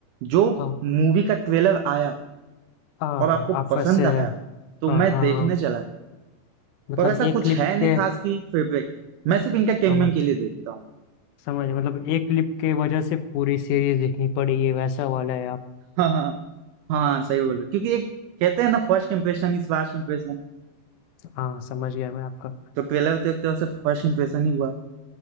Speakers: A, on the right; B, on the left.
A: जो
B: हाँ
A: मूवी का ट्रेलर आया
B: हाँ
A: और आपको
B: आप
A: पसंद
B: वैसे
A: आया
B: हाँ
A: तो मैं
B: हाँ
A: देखने
B: हाँ
A: चला गया
B: मतलब
A: पर ऐसा
B: एक
A: कुछ
B: क्लिप
A: है नहीं
B: के
A: खास की फेब्रिक है मैं सिर्फ इनका कैंगमैन
B: हम
A: के लिए देखता हूँ
B: समझ मतलब एक क्लिप के वजह से पूरी सीरीज देखनी पड़ी ये वैसा वाला है आप
A: हाँ हाँ हाँ सही बोलो क्योंकि एक कहते हैं ना first impression is last impression
B: हाँ समझ गया मैं आपका
A: तो ट्रेलर तो एक तरह से फर्स्ट इम्प्रेशन ही हुआ